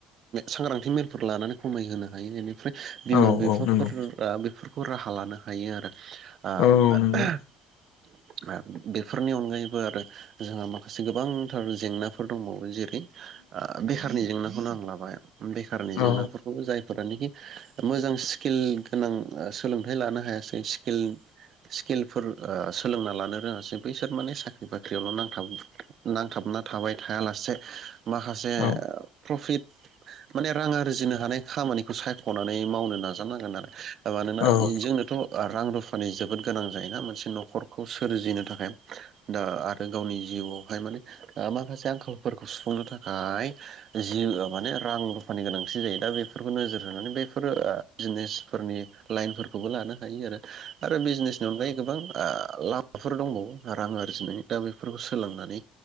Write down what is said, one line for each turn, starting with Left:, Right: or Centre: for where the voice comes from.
Right: सांग्रांथि मेलफोर लानानै खमायहोनो हायो बेनिफ्राय बिमा
Left: औ
Right: बिफाफोरा
Left: औ नंगौ
Right: बेफोर बेखौ राहा लानो हायो आरो आ
Left: औ नंगौ
Right: <inaudible> आरो बेफोरनि अनगायैबो आरो जोंहा माखासे गोबांथार जेंनाफोर दंबावो जेरै ओ बेखारनि जेंना खौनो आं लाबाय बेखारनि जेंनाफोरखौ
Left: औ
Right: जायफोरनोखि मोजां स्किल गोनां ओ सोलोंथाइ लानो हायासै स्किल स्किलफोर सोलोंना लानो रोङासै बैसोर माने साख्रि बाख्रियावल' नांथाब नांथाबना थाबाय थायालासे माखासे
Left: औ
Right: प्रफिट माने रां आरजिनो हानाय खामानिखौ सायख'नानै मावनो नाजानांगोन आरो मानोना
Left: नंगौ
Right: इ जोंनोथ' ओ रां रुफानि जोबोद गोनां जायोना मोनसे न'खर खौ सोरजिनो थाखाय दा आरो गावनि जिउआवहाय माने ओ माखासे आंखालफोरखौ सुफुंनो थाखाय जि माने रां रुफानि गोनांथि जायो दा बेफोरखौ नोजोर होनानै बेफोरो बिजनेसफोरनि लाइनफोरखौबो लानो हायो आरो आरो बिजनेसनि अनगायै गोबांफ्रा ओ लामाफोर दंबावो रां आरजिनाय दा बेफोरखौ सोलोंनानै